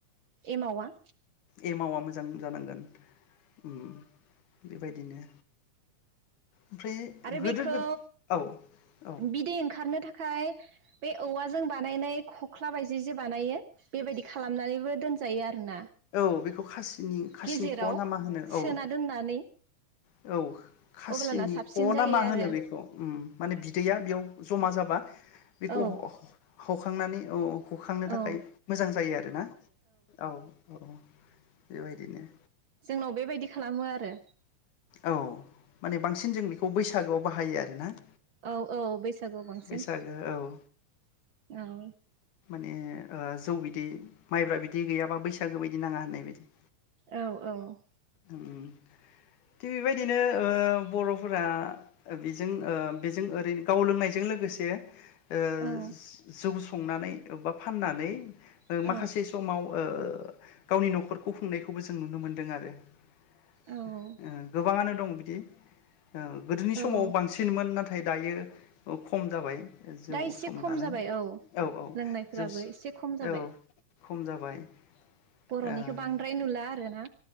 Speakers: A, on the right; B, on the left.
A: एमावा
B: एमावआ मोजां जानांगोन ओम बेबायदिनो ओमफ्राय
A: आरो
B: गोदो
A: बेखौ
B: गोद औ औ
A: बिदै ओंखारनो थाखाय बे औवाजों बानायनाय खख्ला बायदि जे बानायो बेबायदि खालामनानैबो दोनजायो आरोना
B: औ बेखौ खासिनि खासिनि
A: गेजेराव
B: ख नामा होनो
A: सोना
B: औ
A: दोननानै
B: औ खासिनि
A: अब्लाना साबसिन
B: खना
A: जायो
B: मा होनो
A: आरो
B: बेखौ ओम माने बिदैया बेयाव जमा जाबा बेखौ
A: औ
B: ह-हखांनानै औ हखांनो थाखाय
A: औ
B: मोजां जायो आरोना औ औ बेबायदिनो
A: जोंनाव बेबायदि खालामो आरो
B: औ माने बांसिन जों बेखौ बैसागोआव बाहायो आरोना
A: औ औ बैसागुआव बांसिन
B: बैसागो औ
A: औ
B: माने ओ जौ बिदै माइब्रा बिदै गैयाबा बैसागो बायदि नाङा होननाय बायदि
A: औ औ
B: उम थिग बेबायदिनो ओ बर'फोरा बेजों ओ बेजों ओरैनो गाव लोंनायजों लोगोसे ओ
A: औ
B: जौ गुसु संना नानै अब्बा फाननानै ओ
A: औ
B: माखासे समाव ओ गावनि नखरखौ खुंनायखौबो जों नुनो मोनदों आरो ओ
A: औ
B: गोबाङानो दं बिदि <inaudible> गोदोनि
A: औ
B: समाव बांसिनमोन नाथाय। नाथाय दायो खम जाबाय। जौ
A: दा एसे
B: संनानै
A: खम जाबाय
B: औ औ।
A: लोंनायफोराबो
B: जौ
A: एसे खम जाबाय।
B: औ खम जाबाय।
A: बरनिखौ
B: ओ
A: बांद्राय नुला आरो ना।